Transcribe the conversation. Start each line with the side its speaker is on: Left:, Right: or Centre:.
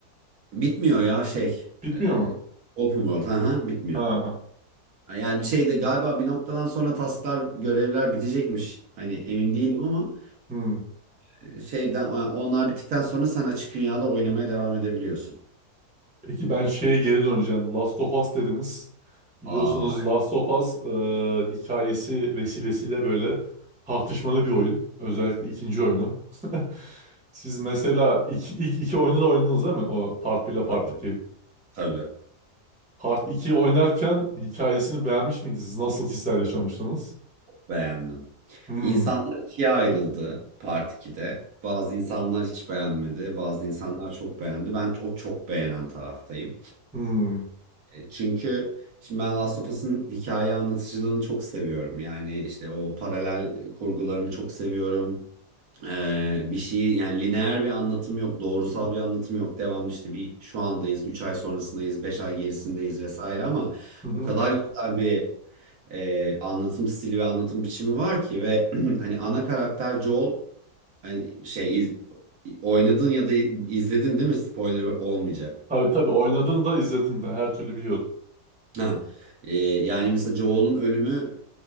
Right: Bitmiyor ya şey.
Centre: Bitmiyor
Right: e,
Centre: mu?
Right: open world. Hı hı, bitmiyor.
Centre: Ha.
Right: Yani bir şey de galiba bir noktadan sonra tasklar, görevler bitecekmiş. Hani emin değilim ama
Centre: Hı.
Right: e, şeyden onlar bittikten sonra sen açık dünyada oynamaya devam edebiliyorsun.
Centre: Peki ben şeye geri döneceğim. Last of Us dediniz. Biliyorsunuz
Right: Aa,
Centre: Last of Us e, hikayesi vesilesiyle böyle tartışmalı bir oyun. Özellikle ikinci oyunu. <laughs> Siz mesela iki, ilk iki oyunu da oynadınız değil mi? O Part 1 ile Part
Right: tabii,
Centre: 2.
Right: tabii.
Centre: Part 2'yi oynarken hikayesini beğenmiş miydiniz? Nasıl hisler yaşamıştınız?
Right: Beğendim.
Centre: Hmm,
Right: İnsanlar ikiye ayrıldı Part 2'de. Bazı insanlar hiç beğenmedi, bazı insanlar çok beğendi. Ben o çok beğenen taraftayım.
Centre: hmm,
Right: Çünkü şimdi ben Last of Us'ın hikaye anlatıcılığını çok seviyorum. Yani işte o paralel kurgularını çok seviyorum. Ee, bir şeyi yani lineer bir anlatım yok, doğrusal bir anlatım yok. Devamlı işte bir şu andayız, 3 ay sonrasındayız, 5 ay gerisindeyiz vesaire ama
Centre: Hı hı.
Right: o kadar güzel bir e, anlatım stili ve anlatım biçimi var ki ve <clears throat> hani ana karakter Joel hani şey iz- oynadın ya da izledin değil mi? Spoiler olmayacak.
Centre: Tabii tabii oynadım da izledim de her türlü biliyorum.
Right: Ha. Ee, yani mesela Joel'un ölümü